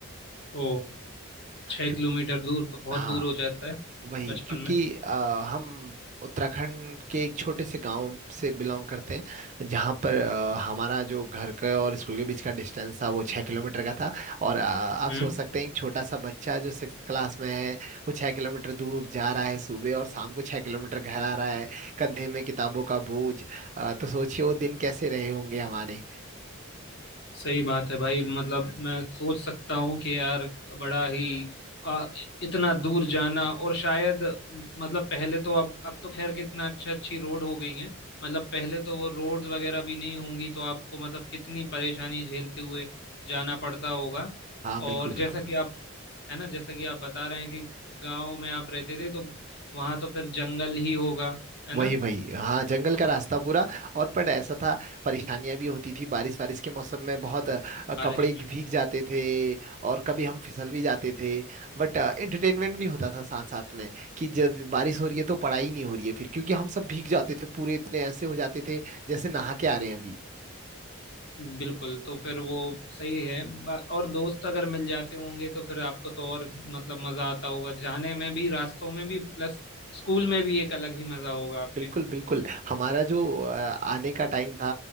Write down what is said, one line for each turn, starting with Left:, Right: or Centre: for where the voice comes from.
Left: ओ छः
Right: क्यों-
Left: किलोमीटर दूर तो बहुत
Right: हाँ
Left: दूर हो जाता है
Right: वही
Left: बचपन
Right: क्योंकि
Left: में
Right: अ, हम उत्तराखंड के एक छोटे से गांव से बिलोंग करते हैं जहां पर अ, हमारा जो घर का और स्कूल के बीच का डिस्टेंस था वो छः किलोमीटर का था और अ, आप
Left: हम्म
Right: सोच सकते हैं एक छोटा सा बच्चा जो सिक्स क्लास में है वो छः किलोमीटर दूर जा रहा है सुबह और शाम को छः किलोमीटर घर आ रहा है कंधे में किताबों का बोझ अ, तो सोचिए वो दिन कैसे रहे होंगे हमारे
Left: सही बात है भाई मतलब मैं सोच सकता हूँ कि यार बड़ा ही आ, इतना दूर जाना और शायद मतलब पहले तो अब अब तो खैर कितना अच्छी अच्छी रोड हो गई है मतलब पहले तो वो रोड्स वगैरह भी नहीं होंगी तो आपको मतलब कितनी परेशानी झेलते हुए जाना पड़ता होगा
Right: हाँ बिल्कुल
Left: और
Right: बिल्कुल
Left: जैसा कि आप है ना जैसा कि आप बता रहे हैं कि गांव में आप रहते थे तो वहां तो फिर जंगल ही होगा है
Right: वही
Left: ना
Right: वही हाँ जंगल का रास्ता पूरा और पर ऐसा था परेशानियां भी होती थी बारिश बारिश के मौसम में बहुत अ,
Left: बारिश
Right: कपड़े
Left: में
Right: भीग जाते थे और कभी हम फिसल भी जाते थे बट
Left: हम्म।
Right: एंटरटेनमेंट भी होता था साथ साथ में कि जब बारिश हो रही है तो पढ़ाई नहीं हो रही है फिर क्योंकि हम सब भीग जाते थे पूरे इतने ऐसे हो जाते थे जैसे नहा के आ रहे हैं अभी
Left: बिल्कुल तो फिर वो सही है बा- और दोस्त अगर मिल जाते होंगे तो फिर आपको तो और मतलब मजा आता होगा जाने में भी रास्तों में भी प्लस स्कूल में भी एक अलग ही मजा होगा आपके
Right: बिल्कुल बिल्कुल हमारा जो अ, आने का टाइम था